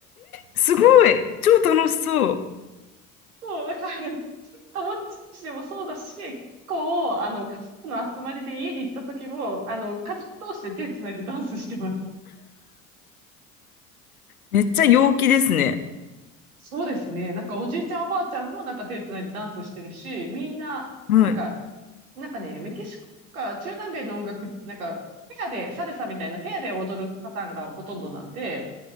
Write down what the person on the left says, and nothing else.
すごい。超楽しそう。
めっちゃ陽気ですね。
はい。